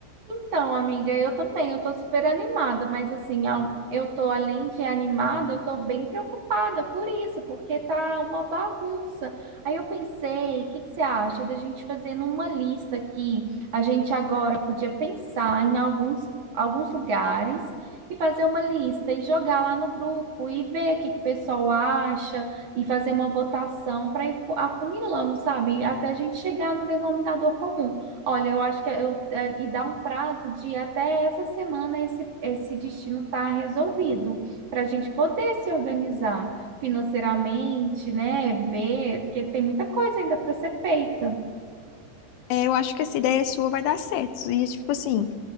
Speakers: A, on the right (about 45°); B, on the left (about 80°).
A: Então, amiga, eu também, eu tô super animada, mas assim, ao- eu tô além de animada, eu tô bem preocupada por isso, porque tá uma bagunça. Aí eu pensei, o que que você acha da gente fazer numa lista aqui? A gente agora podia pensar em alguns, alguns lugares e fazer uma lista e jogar lá no grupo e ver o que que o pessoal acha e fazer uma votação para ir fu- afunilando, sabe? Até a gente chegar no denominador comum. Olha, eu acho que é, eu, eh, e dá um prazo de até essa semana esse, esse destino tá resolvido, para a gente poder se organizar financeiramente, né? Ver, porque tem muita coisa ainda para ser feita.
B: É, eu acho que essa ideia sua vai dar certo. E, tipo assim,